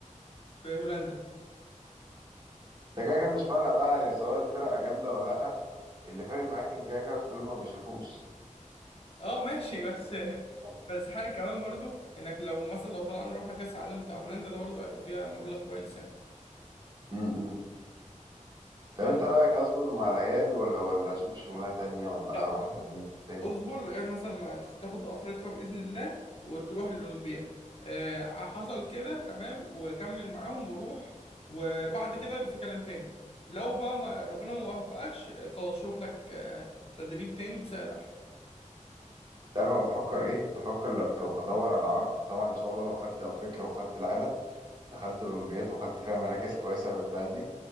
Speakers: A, on the left; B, on the right.
A: في هولندا
B: ده كده كده مش فارقة بقى سواء الفرقة جامدة ولا لأ اللي فارق معاك إن كده كده كله ما بيشوفوش
A: اه ماشي بس <laughs>
B: طب
A: بس حاجة كمان برضو انك لو مثلا لو طلعنا رحنا كأس العالم بتاع هولندا ده برضو هيبقى فيها مبلغ كويس يعني
B: م- م. طب
A: فاهم
B: أنت رأيك أصبر مع العيال ولا ولا أشوف شغلانة تانية ولا
A: لا
B: أروح للناس تاني؟
A: اصبر لغايه مثلا ما تخ- تاخد افريقيا باذن الله وتروح الاولمبياد آه، حصل كده تمام وكمل معاهم وروح وبعد كده يبقى في كلام تاني لو بقى ما ربنا ما وفقكش آه، خلاص شوف لك آه، تدريب تاني بسعر احلى
B: تعرف أنا بفكر إيه؟ بفكر لو أدور على عرض طبعا إن شاء الله لو خدت أفريقيا وخدت العالم دخلت الأولمبياد وخدت فيها مراكز كويسة بالعيال دي